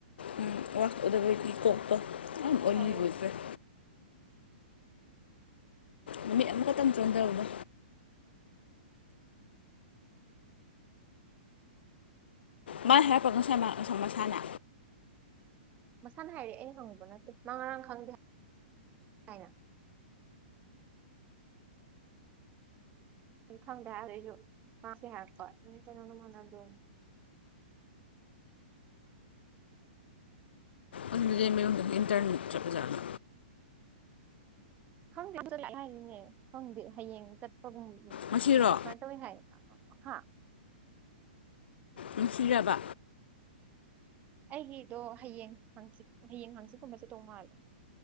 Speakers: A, on the left; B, on the right.
A: ꯎꯝ ꯋꯥꯥꯛꯎꯗꯕꯒꯤ ꯀꯣꯛꯇꯣ ꯌꯥꯝ ꯑꯣꯏꯂꯤ
B: ꯑꯧ
A: ꯑꯣꯏꯈꯔꯦ ꯅꯨꯃꯤꯠ ꯑꯃꯈꯠꯇꯪ ꯆꯣꯟꯗꯕꯗꯣ ꯃꯥꯥꯏ ꯍꯥꯏꯔꯛꯄꯒ ꯉꯁꯥꯏ ꯃꯥ ꯁꯃꯣꯁꯥꯅ
B: ꯃꯁꯥꯅ ꯍꯥꯏꯔꯛꯑꯦ ꯑꯩꯩꯅ ꯍꯪꯉꯨꯕ ꯅꯠꯇꯦ ꯃ ꯉꯔꯥꯡ ꯈꯪꯗꯦ ꯍꯥꯏꯅ ꯈꯪꯗꯦ ꯍꯥꯏꯗ ꯑꯩꯖꯨ ꯃꯥ ꯉꯁꯤ ꯍꯥꯏꯔꯛꯀꯩꯅꯣꯅ ꯃ ꯑꯗꯨ
A: ꯑꯗꯨꯗꯤ ꯃꯌꯨꯝꯗꯒꯤ ꯏꯟꯇꯔ꯭ꯟ ꯆꯠꯂꯖꯥꯠꯂꯣ
B: ꯈꯪꯗꯦ ꯃꯥ ꯑꯗꯨ ꯆꯠꯂꯦ ꯍꯥꯏꯔꯤꯅꯦ ꯈꯪꯗꯦ ꯍꯌꯦꯡ ꯆꯠꯄꯒꯨꯝꯅꯦ
A: ꯉꯁꯤꯔꯣ
B: ꯃꯥ ꯑꯁꯨꯃꯥꯏ ꯇꯧꯋꯦ ꯍꯥꯢꯅ ꯍꯥ
A: ꯅꯨꯡꯁꯤꯔꯕ
B: ꯑꯩꯒꯤꯗꯣ ꯍꯌꯦꯡ ꯍꯪꯆꯤꯠ ꯍꯌꯦꯡ ꯍꯪꯆꯤꯠꯀꯨꯝꯕ ꯆꯠꯇꯧ ꯃꯥꯜꯂꯦ